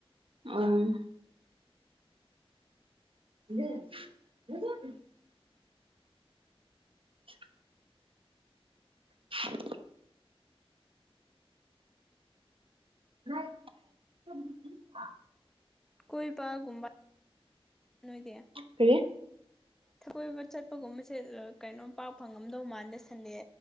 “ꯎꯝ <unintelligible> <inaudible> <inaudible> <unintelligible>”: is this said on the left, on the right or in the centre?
Right